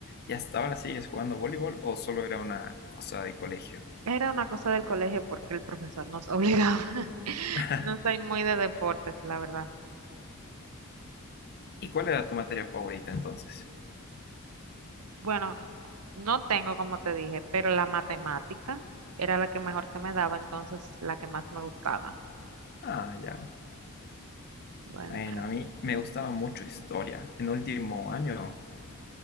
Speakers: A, on the left; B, on the right.
A: ¿Y hasta ahora sigues jugando voleibol o solo era una cosa de colegio?
B: Era una cosa del colegio porque el profesor nos obligaba. <laughs>
A: <laughs>
B: No soy muy de deportes, la verdad.
A: ¿Y cuál era tu materia favorita entonces?
B: Bueno, no tengo, como te dije, pero la matemática era la que mejor se me daba, entonces la que más me gustaba.
A: Ah, ya.
B: Bueno,
A: Bueno, a mí me gustaba mucho historia. En último año